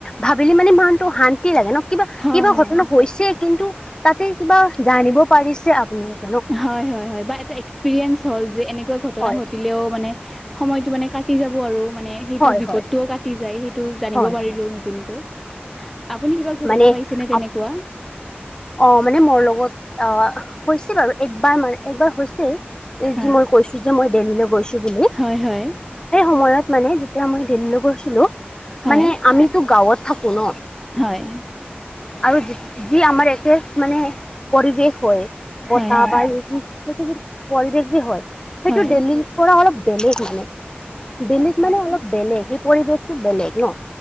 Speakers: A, on the left; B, in the centre.
A: ভাবিলে মানে মানটো শান্তি লাগে ন কিবা
B: হয়,
A: কিবা ঘটনা
B: হয়।
A: হৈছে কিন্তু তাতে কিবা জানিব পাৰিছে আপোনালোক
B: হয় হয় বা এটা এক্সপেৰিয়েঞ্চ হ'ল যে এনেকুৱা ঘটনা
A: হয়
B: ঘটিলেও মানে সময়তটো মানে কাটি যাব আৰু মানে সেইটো
A: হয়
B: বিপদটোও
A: হয়
B: কাটি যায় সেইটো জানিব
A: হয়
B: পাৰিলো
A: হয়
B: নুত- তুনকৈ
A: হয়
B: আপুনি কিবা ঘটনা
A: মানে
B: পাইছেনে তেনেকুৱা?
A: অ মানে মোৰ লগত অ হৈছিল বাৰু একবাৰ মান একবাৰ হৈছে। এই
B: হয়,
A: যি মই কৈছো যে মই দেল্লীলৈ গৈছো বুলি
B: হয় হয়।
A: সেই সময়ত মানে যেতিয়া মই দিল্লীলৈ গৈছিলো
B: হয়,
A: মানে আমিতো গাঁৱত থাকো ন।
B: হয়।
A: আৰু যি আমাৰ একে মানে পৰিৱেশ হয় বতাহ
B: হয়, হয়,
A: বায়ু যি পৃথিৱীৰ পৰিৱেশ যি হয় সেইটো
B: হয়,
A: ডেইলি পৰা অলপ বেলেগ মানে। বেলেগ মানে অলপ বেলেগ সেই পৰিৱেশতটো বেলেগ ন।